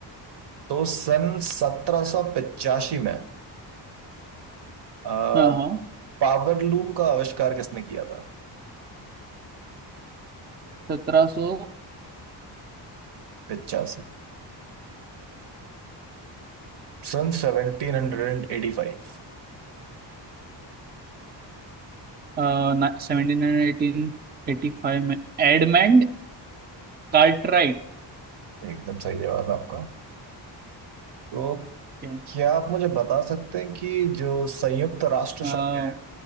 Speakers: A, on the right; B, on the right.
A: तो सन सत्रह सौ पचासी में आ,
B: हाँ हाँ
A: पावरलूम का आविष्कार किसने किया था
B: सत्रह सौ
A: पिचासी सन सेवनटीन हंड्रेड एटी फाइव
B: सेवेंटी नाइन एटीन एटी फाइव में एडमंड कार्टराइट
A: एकदम सही जवाब है आपका तो
B: के,
A: क्या आप मुझे बता सकते हैं कि जो संयुक्त राष्ट्र
B: अ,
A: संघ है